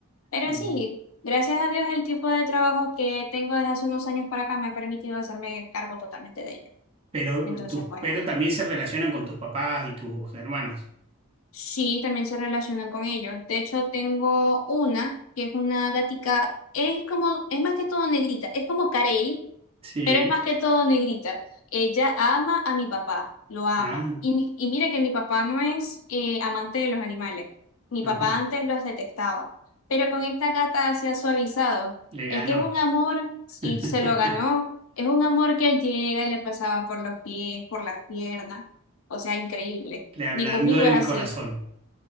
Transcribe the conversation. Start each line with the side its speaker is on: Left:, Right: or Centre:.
Left: Pero
Right: mm.
Left: sí, gracias a Dios el tipo de trabajo que tengo desde hace unos años para acá me ha permitido hacerme cargo totalmente de ellos.
Right: Pero,
Left: Entonces,
Right: tus,
Left: bueno,
Right: pero también se relacionan con tus papás y tus hermanos.
Left: Sí, también se relacionan con ellos. De hecho, tengo una que es una gatica, es como, es más que todo negrita, es como Carey,
Right: Sí.
Left: pero es más que todo negrita. Ella ama a mi papá, lo ama.
Right: Ah,
Left: Y, mi- y mira que mi papá no es eh, amante de los animales. Mi
Right: ajá.
Left: papá antes los detestaba, pero con esta gata se ha suavizado.
Right: Le ganó.
Left: Es que es un amor,
Right: <laughs>
Left: y se lo ganó, es un amor que él llega, le pasaba por los pies, por las piernas. O sea, increíble.
Right: Le ablandó
Left: Ni conmigo
Right: el
Left: es así.
Right: corazón.